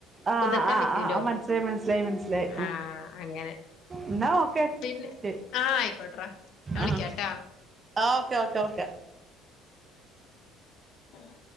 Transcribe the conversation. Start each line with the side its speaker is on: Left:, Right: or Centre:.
Right: ആഹ്
Left: കുതിർക്കാൻ
Right: ആഹ്
Left: വെക്കോലോ?
Right: ആഹ് മനസ്സിലായി മനസ്സിലായി മനസ്സിലായി
Left: ആഹ് അങ്ങനെ.
Right: എന്നാ ഓക്കെ
Left: പിന്നെ
Right: ശരി
Left: ആഹ് അയിക്കോട്ടറാ. ഞാൻ വിളിക്കാട്ടാ.
Right: ആഹ് ആ ഓക്കെ ഓക്കെ ഓക്കെ
Left: <inaudible>